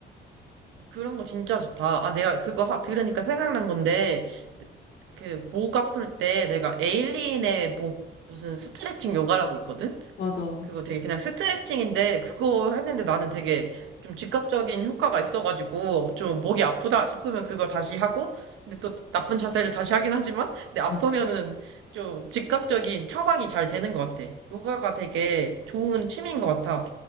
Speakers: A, on the right; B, on the left.
A: 어, 그런 거 진짜 좋다. 아, 내가 그거 하- 들으니까 생각난 건데 그 목 아플 때 내가 에일린의 뭐 무슨 스트레칭 요가라고 있거든?
B: 맞아.
A: 그거 되게 그냥 스트레칭인데 그거 했는데 나는 되게 좀 즉각적인 효과가 있어가지고 좀 목이 아프다 싶으면 그걸 다시 하고 근데 또 나쁜 자세를 다시 하긴 하지만
B: <laughs>
A: 근데 아프면은
B: 음,
A: 좀 즉각적인 처방이 잘 되는 것 같아. 요가가 되게 좋은 취미인 것 같아.